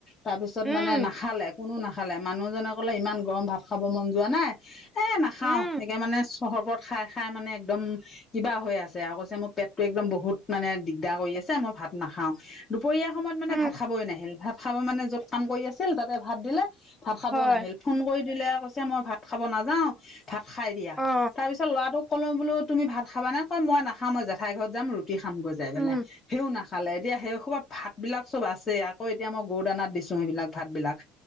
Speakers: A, on the left (about 30°); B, in the centre.
A: তাৰপিছত
B: উম
A: মানে নাখালে কোনো নাখালে মানুহজনে ক'লে ইমান গৰম ভাত খাব মন যোৱা নাই এ নাখাওঁ
B: উম
A: একে মানে চৰ্বত খাই খাই মানে একদম কিবা হৈ আছে আৰু কৈছে মোৰ পেটতটো একদম বহুত মানে দিগদাৰ কৰি আছে মই ভাত নাখাও দুপৰীয়া সময়ত মানে
B: উম
A: ভাত খাব কৈ নাহিল ভাত খাব মানে য'ত কাম কৰি আছিল তাতে ভাত দিলে ভাত খাব
B: হয়
A: নাহিল ফোন কৰি দিলে কৈছে মই ভাত খাব নাযাও ভাত খাই দিয়া
B: অ
A: তাৰ পিছত ল'ৰাটোক ক'লো বোলো তুমি ভাত খাবা নে কয় মই নাখাম মই জেঠাই ঘৰত যাম। খাম গৈ জাই পেলাই
B: উম
A: সেও না খালে দিয়া সেইখোবা ভাত বিলাক চব আছে। আকৌ এতিয়া মই গৰু দানাত দিছো সেইবিলাক ভাত বিলাক